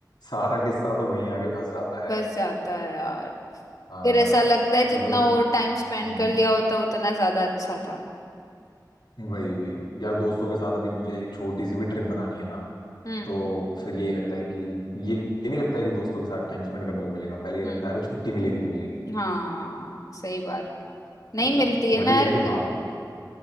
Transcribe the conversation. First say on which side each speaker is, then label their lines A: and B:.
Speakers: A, on the left (about 75°); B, on the left (about 50°).
A: सारा किस्सा तो वहीं आके फंस जाता है
B: फंस जाता है यार
A: हाँ
B: फिर ऐसा लगता है जितना
A: मतलब
B: और टाइम स्पेंड
A: हम्म,
B: कर लिया होता उतना ज्यादा अच्छा था
A: वही वही यार दोस्तों के साथ अभी मुझे एक छोटी सी भी ट्रिप बनानी है ना
B: हम्म
A: तो फिर यही लगता है कि ये ये नहीं लगता है कि दोस्तों के साथ टाइम स्पेंड करने को मिलेगा पहले ये
B: हम्म
A: लगता है अरे छुट्टी मिलेगी नहीं मिलेगी
B: हाँ सही बात नहीं
A: वही
B: मिलती है
A: बट
B: ना
A: ये
B: यार
A: है कि
B: ग-
A: हाँ